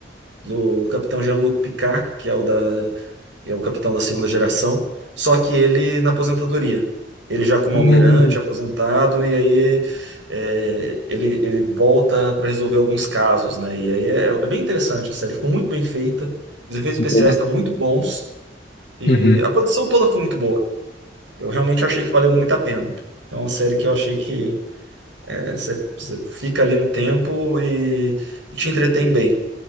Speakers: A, on the right (about 70°); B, on the left (about 50°).
A: do capitão Jean-Luc Picard, que é o da, que é o capitão da segunda geração, só que ele na aposentadoria. Ele já como
B: Hum,
A: almirante, aposentado, e aí é, ele, ele volta para resolver alguns casos, né? E aí é, é bem interessante a série, ficou muito bem feita, os efeitos especiais
B: boa.
A: estão muito bons, e
B: Uhum.
A: a produção toda foi muito boa. Eu realmente achei que valeu muito a pena. Então, é uma série que eu achei que é, você fica ali um tempo e, e te entretém bem.